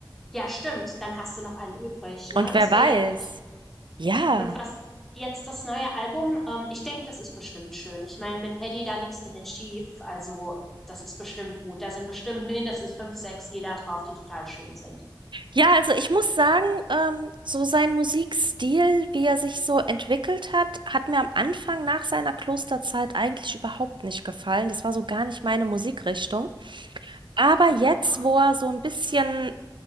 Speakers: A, in the centre; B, on the right.
A: Ja, stimmt, dann hast du noch einen übrig, ne?
B: Und wer
A: Das wäre
B: weiß.
A: ja auch nicht.
B: Ja.
A: Und was jetzt das neue Album, ähm, ich denke, das ist bestimmt schön. Ich meine, mit Paddy, da liegst du nicht schief, also das ist bestimmt gut. Da sind bestimmt mindestens fünf, sechs Lieder drauf, die total schön sind.
B: Ja, also ich muss sagen, ähm, so sein Musikstil, wie er sich so entwickelt hat, hat mir am Anfang nach seiner Klosterzeit eigentlich überhaupt nicht gefallen. Das war so gar nicht meine Musikrichtung. Aber jetzt,
A: Ja.
B: wo er so ein bisschen